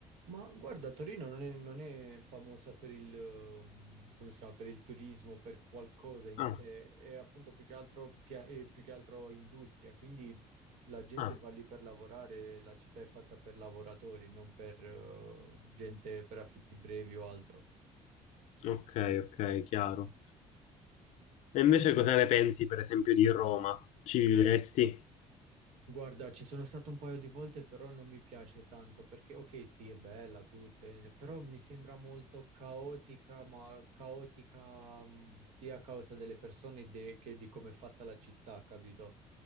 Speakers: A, on the right; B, on the left.
A: Ma guarda, Torino non è, non è famosa per il, ehm, come si chiama, per il turismo, per qualcosa in
B: Ah,
A: sé, è appunto più che altro, pia- eh, più che altro industria, quindi la gente
B: ah,
A: va lì per lavorare, la città è fatta per lavoratori, non per, eh, gente per affitti brevi o altro.
B: ok, ok, chiaro. E invece cosa ne pensi, per esempio, di Roma? Ci vivresti?
A: Guarda, ci sono stato un paio di volte, però non mi piace tanto perché, ok, sì, è bella tutta, eh, però mi sembra molto caotica, ma caotica, mh, sia a causa delle persone de- che di come è fatta la città, capito?